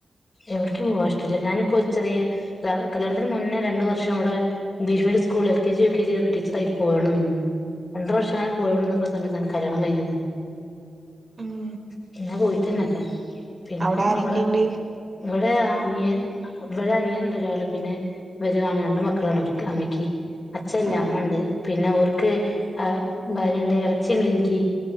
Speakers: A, on the left; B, on the right.
A: എവിടക്കും പോവാ ഇഷ്ടല്ല ഞാനക്കൊച്ചെറിയ ഞാൻ കല്യാണത്തിന് മുന്നേ രണ്ടു വർഷം ഇവടെ ഇഗ്ലിഷ് മീഡിയ സ്കൂളില് L K G, U K G ഒക്ക ടീച്ചർ ആയി പോണം രണ്ടു വർഷങ്ങനെ പോണന്നക്കുന്ന സമയത്താണ് കല്ലാണം കഴിഞ്ഞത്
B: ഉം
A: പിന്നാ പോയിട്ടന്നല്ല പിന്നെ
B: അവിടെ ആരൊക്കെയുണ്ട്
A: അവടെ ഇവടെ അനിയൻ ഇവടെ അനിയനുണ്ടൊരാള് പിന്നെ വരികാണ് രണ്ട് മക്കളാണ് ഇവര്ക്ക് അമ്മയ്ക്ക് അച്ഛല്ല
B: ഉം
A: അമ്മ ഉണ്ട് പിന്നെ ഓർക്ക് ആഹ് ഭര്യയുണ്ട് ഇറച്ചിണ്ട് എനിക്ക്